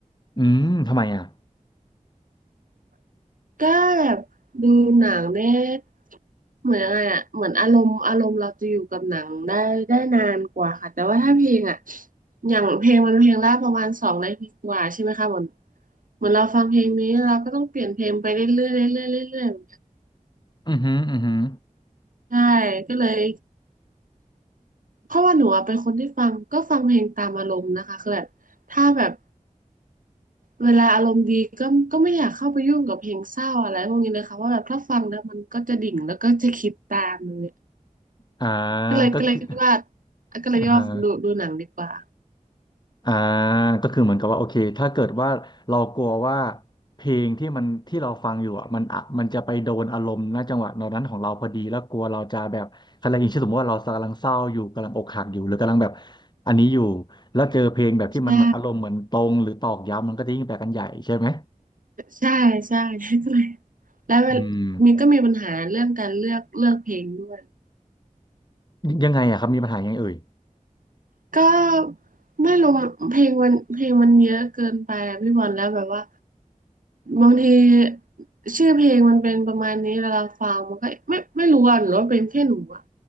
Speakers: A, on the left; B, on the right.
A: อืมทำไมอ่ะ
B: ก็แบบดูหนังเนี่ยเหมือนอะไรอ่ะเหมือนอารมณ์อารมณ์เราจะอยู่กับหนังได้ได้นานกว่าค่ะแต่ว่าถ้าเพลงอ่ะอย่างเพลงมันเพลงละประมาณสองนาทีกว่าใช่ไหมคะเหมือนเหมือนเราฟังเพลงนี้เราก็ต้องเปลี่ยนเพลงไปเรื่อยๆเรื่อยๆเรื่อยๆเหมือนกัน
A: อือหืออือหือ
B: ใช่ก็เลย เพราะว่าหนูอะเป็นคนที่ฟังก็ฟังเพลงตามอารมณ์นะคะคือแบบถ้าแบบเวลาอารมณ์ดีก็ก็ไม่อยากเข้าไปยุ่งกับเพลงเศร้าอะไรพวกนี้เลยค่ะว่าแบบถ้าฟังแล้วมันก็จะดิ่งแล้วก็จะคิดตามเลย
A: อ่า
B: ก็เลยก็เลยคิดว่า
A: ก็คือ <laughs>
B: ก็เลยคิดว่าดูดูหนังดีกว่า
A: อ่าฮะ อ่าก็คือเหมือนกับว่าโอเคถ้าเกิดว่าเรากลัวว่าเพลงที่มันที่เราฟังอยู่อ่ะมันอ่ะมันจะไปโดนอารมณ์ณจังหวะนั้นของเราพอดีแล้วกลัวเราจะแบบอะไรอย่างเช่นสมมติว่าเรากำลังเศร้าอยู่กำลังอกหักอยู่หรือกำลังแบบอันนี้อยู่แล้วเจอเพลงแบบที่มันอารมณ์เหมือนตรงหรือตอกย้ำมันก็จะยิ่งแปลกันใหญ่ใช่ไหม
B: ใช่ใช่ใช่ก็เลยแล้วเวลมีก็มีปัญหาเรื่องการเลือกเลือกเพลงด้วย
A: อืมยังไงอ่ะครับมีปัญหายังไงเอ่ย
B: ก็ไม่รู้เพลงมันเพลงมันเยอะเกินไปอะพี่บอลแล้วแบบว่า บางทีชื่อเพลงมันเป็นประมาณนี้เวลาฟังมันก็ไม่ไม่รู้อ่ะหรือว่าเป็นแค่หนูอ่ะ